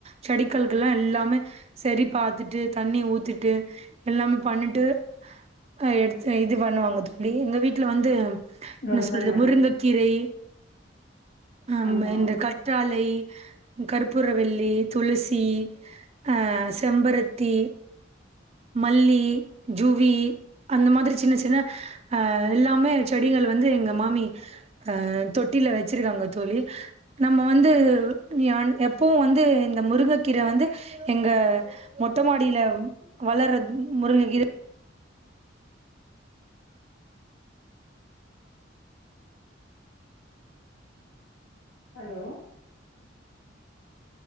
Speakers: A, on the right (about 35°); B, on the left (about 80°).
A: செடிகள்கலெல்லா எல்லாமே சரி பாத்துட்டு தண்ணி ஊத்திட்டு எல்லாமே பண்ணிட்டு அ எடுத்து இது பண்ணுவாங்க தோழி எங்க வீட்ல வந்து
B: ரொம்ப
A: என்ன சொல்றது
B: நல்லது
A: முருங்கக்கீரை அம்
B: ஆமா
A: இந்த க கற்றாழை, கற்பூரவள்ளி, துளசி ஆ செம்பருத்தி மல்லி, ஜூவி அந்த மாரி சின்ன சின்ன அ எல்லாமே செடிகள் வந்து எங்க மாமி அ தொட்டில வெச்சிருக்காங்க தோழி நம்ம வந்து யான் எப்பவு வந்து இந்த முருக கீர வந்து எங்க மொட்ட மாடில வளர்ற முருங்ககீர
B: ஹலோ